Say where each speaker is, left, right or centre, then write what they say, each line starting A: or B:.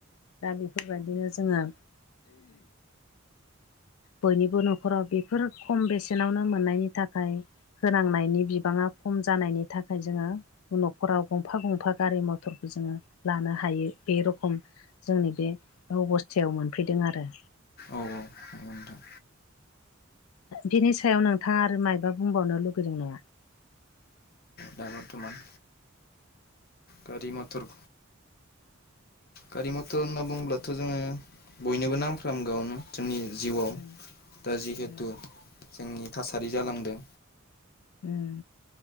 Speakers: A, on the left; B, on the left.
A: दा बेफोरबायदिनो जोङो बयनिबो न'खराव बेफोर खम बेसेनावनो मोननायनि थाखाय होनांनायनि बिबाङा खम जानायनि थाखाय जोङो न'खराव गंफा गंफा गारि मथरखौ जोङो लानो हायो बे रखम जोंनि बे अबस्थायाव मोनफैदों आरो
B: औ औ नंगौ नोंथां
A: बिनि सायाव नोंथाङा आरो मायबा बुंबावनो लुगैदों नामा
B: दा बरथमान गारि मटर गारि मथर होनना बुङोब्लाथ' जोङो बयनोबो नांफ्रामगोआनो जोंनि जिउआव
A: उम
B: दा जिहेथु
A: उम
B: जोंनि थासारि जालांदों
A: उम